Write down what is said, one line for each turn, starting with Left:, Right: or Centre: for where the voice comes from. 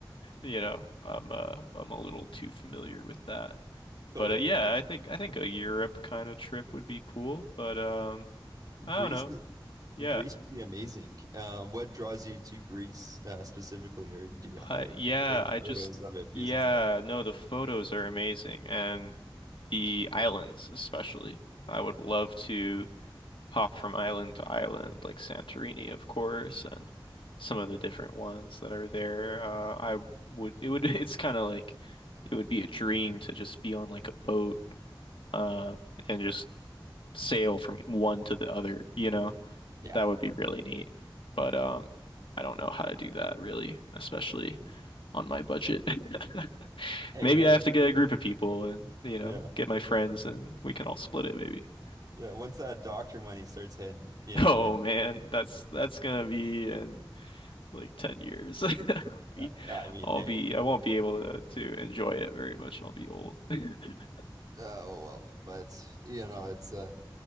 Left: You know, I'm uh I'm a little too familiar with that.
Right: totally
Left: But uh,
Right: understand.
Left: yeah, I think I think a Europe kind of trip would be cool, but um I
Right: Greece
Left: don't know. Yeah.
Right: Greece would be amazing. Uh, what draws you to Greece uh, specifically or do you ha
Left: I
Right: or
Left: yeah,
Right: like the
Left: I just
Right: photos of it
Left: yeah,
Right: because it's
Left: no, the photos are amazing and the islands especially. I would love to hop from island to island like Santorini, of course, and some of the different ones that are there. Uh I would it would <laughs> it's kind of like it would be a dream to just be on like a boat uh, and just sail from one to the other, you know?
Right: yeah.
Left: That would be really neat. But um, I don't know how to do that really, especially on my budget. <laughs>
Right: Hey,
Left: Maybe
Right: hey.
Left: I have to get a group of people and, you
Right: Yeah.
Left: know, get my friends and we can all split it maybe. <laughs>
Right: Yeah, once that doctor money starts hitting, you
Left: Oh
Right: know, it,
Left: man, that's that's gonna be in like 10 years. <laughs> I'll Be-
Right: uh, I mean,
Left: I'll
Right: hey.
Left: be I won't be able to to enjoy it very much. I'll be old. <laughs>
Right: Uh, oh well, but you know it's uh,